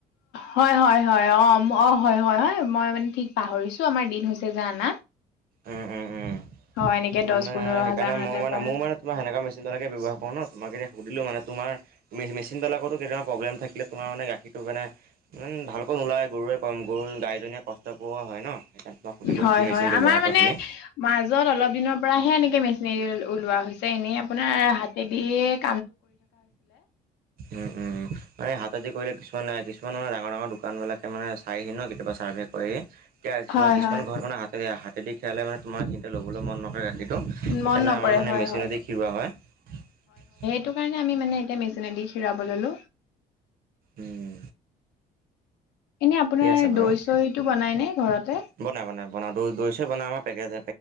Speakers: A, on the left (about 90°); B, on the right (about 60°).
A: হয় হয় হয় অ অ হয় হয় হয় মই মানে ঠিক পাহৰিছো আমাৰ দিন হৈছে যে আনা।
B: উ উম উম।
A: হয় এনেকে
B: ত
A: দহ
B: মানে
A: পোন্ধৰ
B: সেইকাৰণে
A: হাজাৰ মানতে
B: মানে
A: পৰা
B: মোৰ মানে তোমাৰ কেনেকুৱা মেচিনে ব্যৱহাৰ কৰো ন তোমাক এতি সুধিলো মানে তোমাৰ ত চিনবেলাকত কেতিয়াবা প্ৰব্লেম থাকিলে তোমাৰ মানে গাখীৰটো মানে মানে ভালকৈ নোলায় গৰুৱে কম গৰুৰ গাইজনীয়ে কষ্ট পোৱা হয় ন। সেই কাৰণে সুধিলো
A: হয়
B: কি
A: হয়
B: মেচিন ব্যৱহাৰ
A: আমাৰ মানে
B: কৰা তুমি?
A: মাজত অলপ দিনৰ পৰাহে এনেকে মেচিনেদি ওলোৱা হৈছে। এনেই আপোনাৰ হাতে দিয়ে
B: উম উম মানে হাত দি কৰিলে কিছু মান কিছুমানৰ ডাঙৰ ডাঙৰ দোকানবিলাক মানে চাই ন কেতিয়াবা চাৰ্ভ কৰে।
A: হয়
B: কিছুমান
A: হয়
B: ঘৰত মানে হতে হাতেদি খিয়ালে মানে তোমাৰ সিহঁতে লবলৈ মন নকৰে গাখীৰ। সেইকাৰণে
A: মন নকৰে
B: আমাৰ মানে
A: হয়
B: মেচিনেদি
A: হয়
B: খিৰোৱা হয়।
A: সেইটো কাৰণে আমি মানে এতিয়া মেচিনেদি খিৰাব ল'লোঁ।
B: উম
A: এনে আপোনাৰ
B: ঠিকে আছে বাৰু
A: দৈ চৈটো বনাই নে ঘৰতে?
B: বনাই বনাই বনাই দৈ ছৈ চব বনাও পেকেটজ